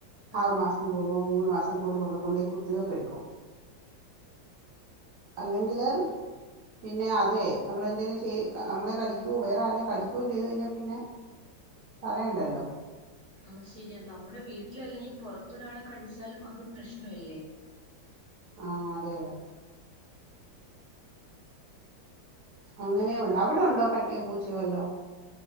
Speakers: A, on the right; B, on the right.
A: ആഹ്
B: ആറ് മാസം
A: ആഹ്
B: കൂടുമ്പോ മൂന്ന് മാസ കൂടുമ്പൊക്കെ കൊണ്ടോയി കുത്തിവെപ്പെടുക്കും. അല്ലെങ്കില് പിന്നെ അതെ നമ്മൾ എന്തേലും ചെയ് നമ്മളെ കടിക്കോ വേറെ ആരേലേം കടിക്കുവോ ചെയ്തു കഴിഞ്ഞാൽ പിന്നെ, പറയണ്ടല്ലോ?
A: അത് ശരിയാ. നമ്മുടെ വീട്ടിലല്ല ഇനി പുറത്തൊരാളെ കടിച്ചാലും അതും പ്രശ്നവല്ലേ?
B: ആ അതെ അതെ അങ്ങനെയു ഉണ്ട്. അവിടുണ്ടോ പട്ടിയോ പൂച്ചയോ വല്ലോം?